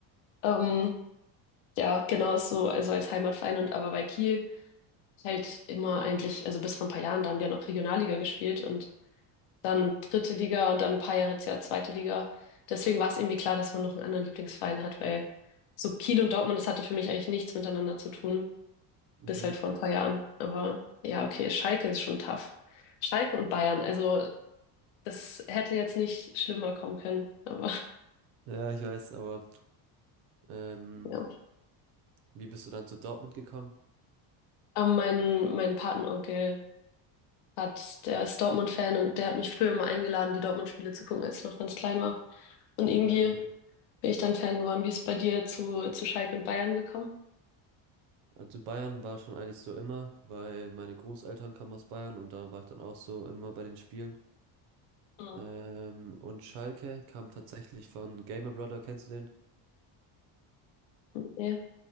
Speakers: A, on the left (about 70°); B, on the right (about 75°).
A: ähm, ja, genau ist so, also als Heimatverein und aber bei Kiel halt immer eigentlich, also bis vor ein paar Jahren, da haben die ja noch Regionalliga gespielt und dann dritte Liga und dann ein paar Jahre jetzt ja zweite Liga. Deswegen war es irgendwie klar, dass man noch einen anderen Lieblingsverein hat, weil so Kiel und Dortmund, das hatte für mich eigentlich nichts miteinander zu tun,
B: Mhm.
A: bis halt vor ein paar Jahren. Aber ja, okay, Schalke ist schon tough. Schalke und Bayern, also das hätte jetzt nicht schlimmer kommen können, aber
B: Ja, ich weiß, aber ähm,
A: <laughs> ja.
B: wie bist du dann zu Dortmund gekommen?
A: Aber mein, mein Patenonkel hat, der ist Dortmund-Fan und der hat mich früher immer eingeladen, die Dortmund-Spiele zu gucken, als ich noch ganz klein war. Und irgendwie
B: Ah, ja, okay.
A: bin ich dann Fan geworden. Wie ist es bei dir zu, zu Schalke und Bayern gekommen?
B: Also Bayern war schon eigentlich so immer, weil meine Großeltern kamen aus Bayern und da war ich dann auch so immer bei den Spielen.
A: Mhm.
B: Ähm, und Schalke kam tatsächlich von Gamer Brother, kennst du den?
A: Ja,